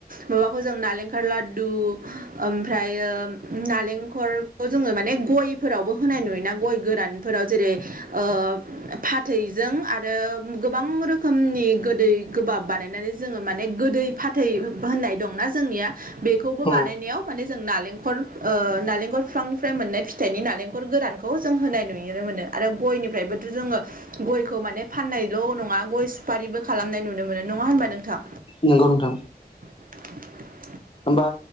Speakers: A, on the right; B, on the left.
A: माबाखौ ज जों नालेंखल लादु ओमफ्रायो नालेंखलखौ जोङो माने गयफोरावबो होनाय नुयोना गय गोरानफोर व जेरै ओ फाथैजों आरो गोबां रोखोमनि गोदै गोबाब बानायनानै जोङो माने गोदै फाथै होननाय दंना जोंनिया बेखौबो
B: औ
A: बानायनायाव माने जों नालेंखर ओ नालेंखर बिफांनिफ्राय मोननाय फिथाइनि नालेंखर गोरानखौ जों होनाय नुयोमोन। मोन आरो गयनिफ्रायबोथ' जोङो गयखौ माने फाननायल' नङा गय सुफारिबो खालामनाय नुनो मोनो। मोनो नङा होनबा नोंथां
B: नंगौ नोंथां
A: <inaudible>
B: होमबा